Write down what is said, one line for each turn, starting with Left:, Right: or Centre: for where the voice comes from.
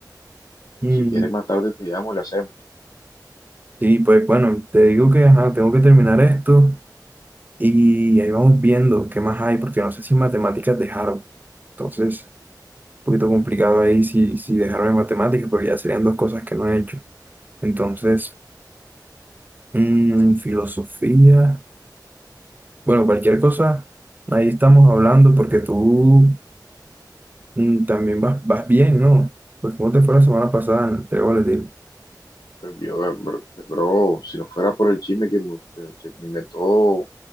Right: Mm,
Left: si quieres más tarde te llamo y la hacemos.
Right: sí, pues bueno, te digo que ajá, tengo que terminar esto y ahí vamos viendo qué más hay, porque no sé si matemáticas dejaron. Entonces, un poquito complicado ahí si, si dejaron en matemáticas, porque ya serían dos cosas que no he hecho. Entonces, mm, filosofía, bueno, cualquier cosa, ahí estamos hablando, porque tú... Mm, También vas, vas bien, ¿no? Pues cómo te fue la semana pasada en el trébol de tiro?
Left: Pues, yo, eh, bro, pues, bro, si no fuera por el chisme que, me- que, que me inventó